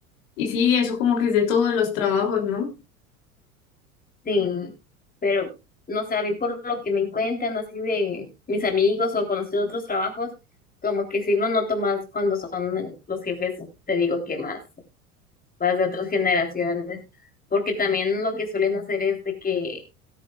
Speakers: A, on the left; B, on the left.
A: y sí, eso como que es de todos los trabajos, ¿no?
B: sí, pero no sé, a mí por lo que me encuentran así de mis amigos o conocidos de otros trabajos, como que sí lo noto más cuando son los jefes, te digo que más, más de otras generaciones, porque también lo que suelen hacer es de que,